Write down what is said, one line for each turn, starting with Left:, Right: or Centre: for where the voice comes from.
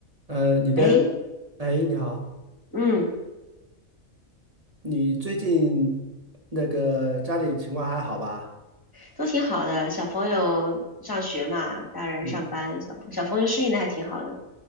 Right: 呃，你的，
Left: 诶，
Right: 哎，你好，
Left: 嗯，
Right: 你最近那个家里情况还好吧？
Left: 都挺好的。小朋友上学嘛，大人上班，
Right: 嗯，
Left: 小朋小朋友适应的还挺好的。